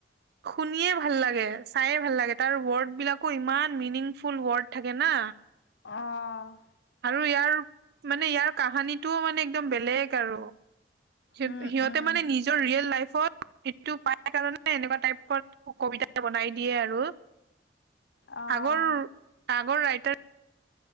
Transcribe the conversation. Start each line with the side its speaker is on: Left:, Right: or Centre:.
Right: শুনিয়ে ভাল লাগে চায়ে ভাল লাগে তাৰ ওৱৰ্ড বিলাকো ইমান মিনিংফুল ৱৰ্ড থাকে না।
Left: অ'।
Right: আৰু ইয়াৰ মানে ইয়াৰ কাহানীটোও মানে একদম বেলেগ আৰু। সিহঁত-সিহঁতে
Left: উম উম
Right: মানে নিজৰ ৰিয়েল লাইফ অত সেইটো পাই কাৰণে এনেকুৱা টাইপৰ কবিতা বনাই দিয়ে আৰু।
Left: আহ
Right: আগৰ, আগৰ ৰাইটাৰ